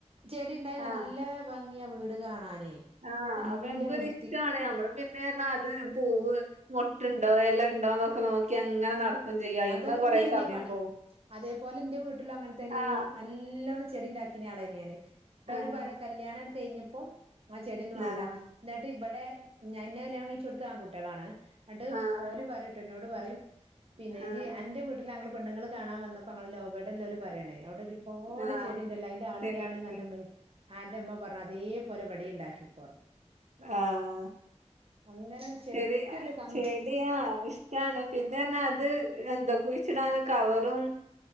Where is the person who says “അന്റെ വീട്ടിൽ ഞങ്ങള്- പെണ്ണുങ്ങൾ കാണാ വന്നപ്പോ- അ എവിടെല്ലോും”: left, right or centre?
Right